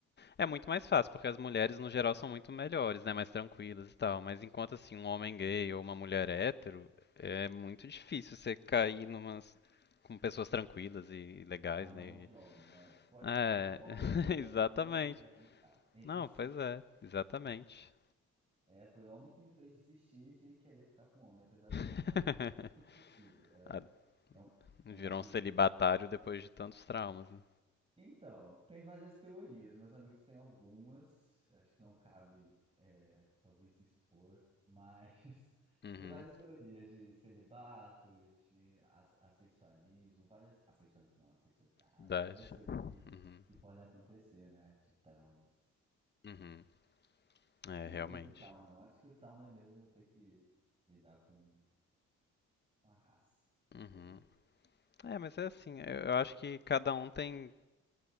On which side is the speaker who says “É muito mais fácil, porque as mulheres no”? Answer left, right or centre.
Left